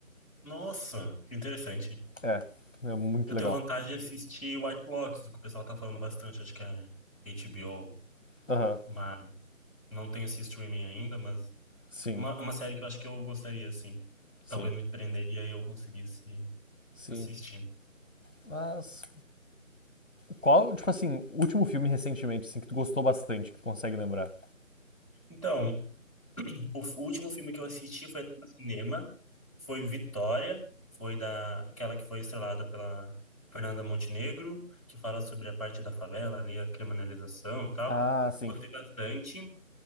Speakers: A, on the left; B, on the left.
A: Nossa, que interessante.
B: É, é muito
A: Eu
B: legal.
A: tenho vontade de assistir White Lotus, que o pessoal tá falando bastante, acho que é HBO,
B: Aham.
A: mas não tenho esse streaming ainda, mas
B: Sim,
A: é uma, é uma série que eu acho que eu gostaria, assim.
B: sim,
A: Talvez me prenderia e eu conseguisse
B: sim.
A: assistir.
B: Mas qual, tipo assim, último filme recentemente, assim, que tu gostou bastante, que tu consegue lembrar?
A: Então, o f- último filme que eu assisti foi no cinema, foi Vitória, foi da, aquela que foi estrelada pela Fernanda Montenegro, que fala sobre a parte da favela ali, a criminalização e tal.
B: Ah, sim,
A: Gostei bastante.